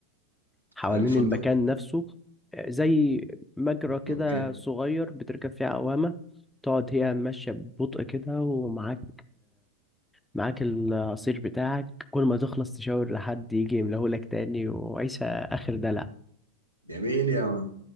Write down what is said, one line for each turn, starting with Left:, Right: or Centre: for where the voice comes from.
Centre: حوالين
Right: حوالين الفندق
Centre: المكان نفسه زي مجرى كده
Right: اوكي
Centre: صغير بتركب فيه عوامة تقعد هي ماشية ببطء كده ومعاك معاك العصير بتاعك كل ما تخلص تشاور لحد يجي يملهولك تاني وعيشة آخر دلع
Right: جميل يا مان